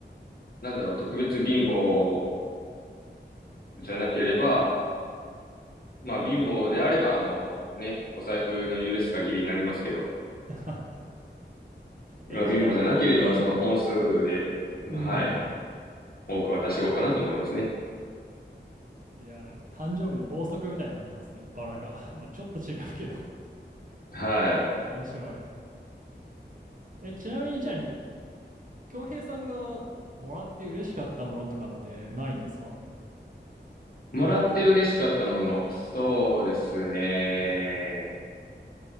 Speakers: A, on the left; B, on the right.
A: なんだろう、特別貧乏じゃなければ、まあ、貧乏であれば、あの、ね、お財布の許す限りになりますけど、
B: <laughs>
A: まあ、
B: え、ちなみに、
A: 貧乏じゃなければ、その本数で、まあ、
B: うん。
A: はい、多く渡していこうかなと思いますね。
B: いや、なんか誕生日のろうそくみたいになってますね。バラが。<laughs> まあ、ちょっと違うけど、
A: はい。
B: <laughs> 面白い。え、ちなみに、じゃあ、恭平さんがもらって嬉しかったものとかってないんですか
A: もらって嬉しかったもの。そうですね。